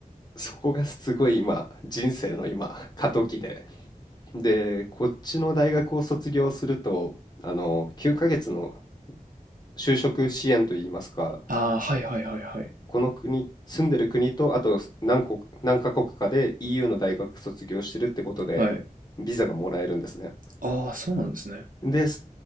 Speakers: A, on the left; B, on the right.
A: そこがすごい今、人生の今、過渡期で。で、こっちの大学を卒業すると、あの、9ヶ月の就職支援といいますか、
B: ああ、はいはいはいはい。
A: この国、住んでる国と、あと何国、何カ国かで EU の大学卒業してるってことで、
B: はい。
A: ビザがもらえるんですね。
B: ああ、そうなんですね。
A: で、